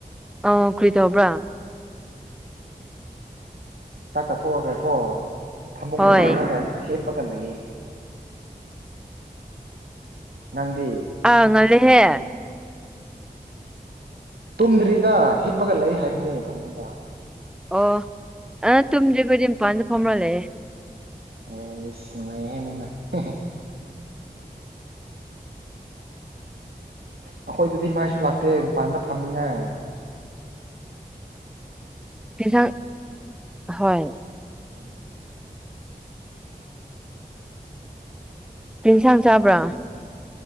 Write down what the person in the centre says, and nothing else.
ꯑ ꯀ꯭ꯔꯤ ꯇꯧꯕ꯭ꯔꯥ
ꯍꯣꯏ
ꯑꯥ ꯉꯜꯂꯦꯍꯦ
ꯑꯣ ꯑꯥ ꯇꯨꯝꯗ꯭ꯔꯤ ꯑꯩꯈꯣꯏꯗꯤ ꯑꯝꯄꯥꯟꯗ ꯐꯝꯔ ꯂꯩꯌꯦ
<unintelligible> ꯁꯥꯡ ꯍꯣꯏ
ꯀ꯭ꯔꯤ ꯌꯦꯟꯁꯥꯡ ꯆꯥꯕ꯭ꯔꯥ